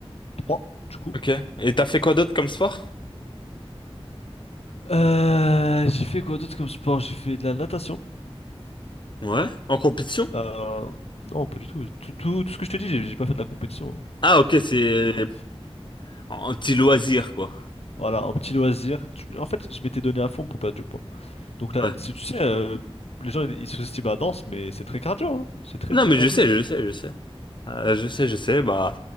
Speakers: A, on the left; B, on the left.
A: 3 du coup.
B: Ok. Et t'as fait quoi d'autre comme sport?
A: Euh, j'ai fait quoi d'autre comme sport? J'ai fait de la natation.
B: Ouais. En compétition?
A: Euh, non, pas du tout. Tout, tout- tout ce que je te dis, j'ai j'ai pas fait de la compétition. hein.
B: Ah, ok,
A: C'était
B: c'est
A: que, euh,
B: euh, un petit loisir, quoi.
A: voilà, un petit loisir. Tu- En fait, je m'étais donné à fond pour perdre du poids. Donc là,
B: Ouais.
A: tu tu sais, euh, les gens, ils ils sous-estiment la danse, mais c'est très cardio. hein. C'est très,
B: Non,
A: très
B: mais
A: cardio.
B: je sais, je sais, je sais. Euh, je sais, je sais. Bah,